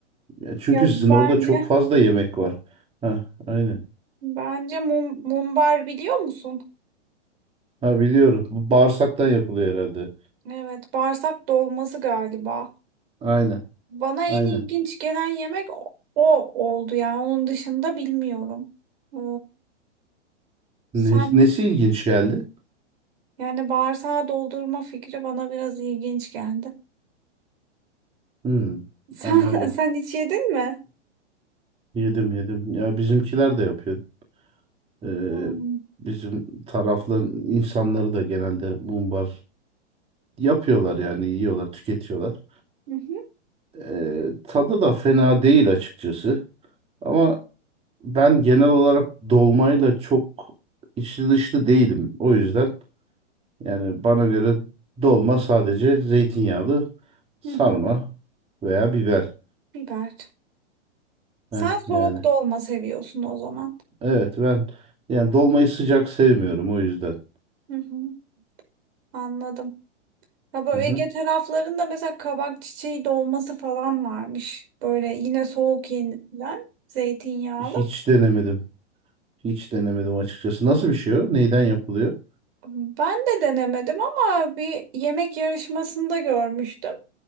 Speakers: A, on the right; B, on the right.
A: Ya çünkü
B: Ya bence
A: sizin orada çok fazla yemek var. Ha, aynen.
B: bence mum, mumbar biliyor musun?
A: Ha biliyorum. Bu bağırsaktan yapılıyor herhalde.
B: Evet, bağırsak dolması galiba.
A: Aynen.
B: Bana
A: Aynen.
B: en ilginç gelen yemek o, o oldu ya. Onun dışında bilmiyorum. Ee, sen
A: Ne- nesi ilginç geldi?
B: yani bağırsağı doldurma fikri bana biraz ilginç geldi.
A: Hı,
B: Sen,
A: anladım.
B: <laughs> sen hiç yedin mi?
A: Yedim yedim. Ya bizimkiler de yapıyor. Ee,
B: Hmm.
A: bizim tarafların insanları da genelde mumbar yapıyorlar yani yiyorlar, tüketiyorlar.
B: Hı hı,
A: Ee, tadı da fena değil açıkçası. Ama ben genel olarak dolmayla çok içli dışlı değilim. O yüzden yani bana göre dolma sadece zeytinyağlı sarma
B: hı hı.
A: veya biber.
B: Biber. Sen
A: Heh,
B: soğuk
A: yani
B: dolma seviyorsun o zaman.
A: evet ben yani dolmayı sıcak sevmiyorum o yüzden.
B: Hı hı. Anladım. Ya böyle
A: Hı hı.
B: Ege taraflarında mesela kabak çiçeği dolması falan varmış. Böyle yine soğuk yenilen zeytinyağlı.
A: Hiç denemedim. Hiç denemedim açıkçası. Nasıl bir şey o? Neyden yapılıyor?
B: Ben de denemedim ama bir yemek yarışmasında görmüştüm.